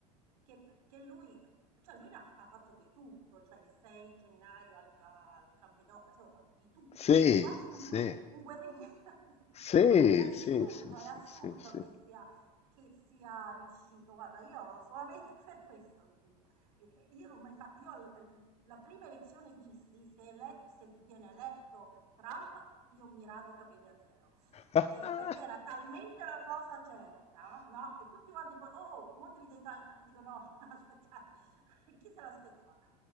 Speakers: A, on the right; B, on the left.
A: Che p che lui cioè lui ne ha f ha fatto di tutto, cioè il 6 gennaio al ca al Campido insomma di tutto,
B: Sì,
A: è quasi
B: sì,
A: un gue un guerrigliero. <laughs>
B: sì,
A: È assurdo,
B: sì, sì, sì,
A: è assurdo
B: sì, sì.
A: che sia che sia riuscito. Guarda, io solamente <laughs> per questo, mhmm, ehm, io non ho mai fat io al l la prima elezione dissi: "Se ele se viene eletto Trump, io mi rado i capelli a zero".
B: <laughs>
A: E perché era talmente una cosa certa, no, che tutti quanti poi: "Oh, mo' te li devi taglia" e dico: "No, <laughs> aspettate, <laughs> chi se l'aspettava?"